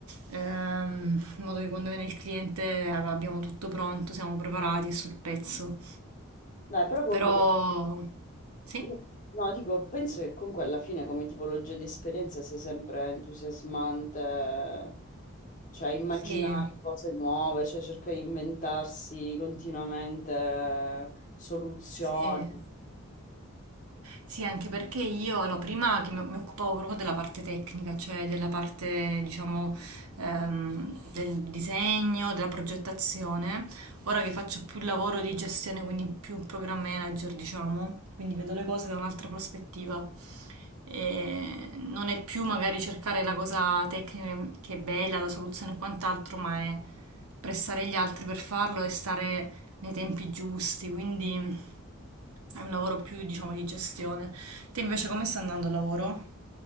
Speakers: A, on the right; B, on the left.
A: ehm, in modo che quando viene il cliente ab- abbiamo tutto pronto, siamo preparati e sul pezzo.
B: Dai, però comunque
A: Però sì,
B: No, no, dico, penso che comunque alla fine come tipologia di esperienza sia sempre entusiasmante, cioè immaginare
A: sì,
B: cose nuove, cioè cercare di inventarsi continuamente soluzioni.
A: sì. Sì, anche perché io, allora, prima che mi mi occupavo proprio della parte tecnica, cioè della parte, diciamo, ehm, del disegno, della progettazione, ora che faccio più lavoro di gestione, quindi più program manager, diciamo, quindi vedo le cose da un'altra prospettiva. E non è più magari cercare la cosa tecnica che è bella, la soluzione e quant'altro, ma è pressare gli altri per farlo e stare nei tempi giusti, quindi... È un lavoro più, diciamo, di gestione. Te invece come stai andando al lavoro?